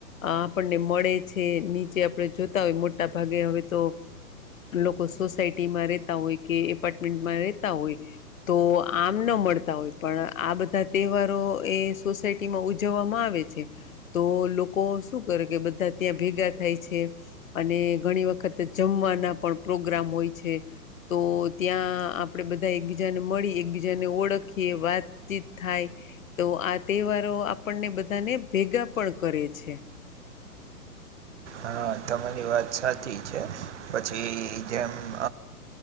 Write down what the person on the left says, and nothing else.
આ આપણને મળે છે નીચે આપણે જોતા હોય મોટા ભાગે હવે તો લોકો સોસાયટીમાં રહેતા હોય કે એપાર્ટમેન્ટમાં રહેતા હોય તો આમ ન મળતા હોય પણ આ બધા ત્યોહારો એ સોસાયટી માં ઉજવવામાં આવે છે તો લોકો શું કરે કે બધા ત્યાં ભેગા થાય છે અને ઘણી વખત જમવાના પણ પ્રોગ્રામ હોય છે તો ત્યાં આપણેે બધા એકબીજાને મળી એકબીજાને ઓળખી એ વાત વાતચીત થાય તો આ તહેવારો આપણને બધાને ભેગા પણ કરે છે. છે.